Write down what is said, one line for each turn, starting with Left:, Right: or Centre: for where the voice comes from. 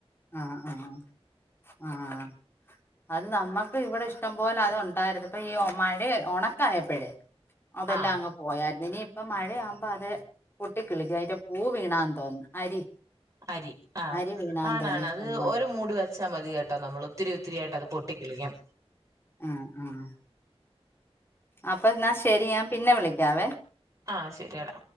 Left: ആഹ് ആഹ്ആഹ് അത് നമ്മക്ക് ഇവിടെ ഇഷ്ടം പോലെ അത് ഒണ്ടായിരുന്നു ഇപ്പൊ ഈ മഴയെ ഒണക്കായപ്പഴേ അതെല്ലാം
Right: ആഹ്
Left: അങ്ങ് പോയായിരുന്നിനി ഇപ്പം മഴയാകുമ്പോ അത് പൊട്ടിക്കിളിക്കും അതിന്റെ പൂ വീണാന്ന് തോന്ന് അരി
Right: അരി ആഹ്
Left: അരി വീണാന്ന്
Right: ആ
Left: തോന്നുന്നു
Right: ാണത്
Left: ഇഷ്ടം പോലെ
Right: ഒരു മൂട് വെച്ചാ മതി കേട്ടോ നമ്മൾ ഒത്തിരി ഒത്തിരിയായിട്ടത് പൊട്ടിക്കിളിക്കും
Left: ആഹ് ആഹ് അപ്പൊന്നാ ശെരി ഞാ പിന്നെ വിളിക്കാവേ
Right: ആഹ് ശെരിയെടാ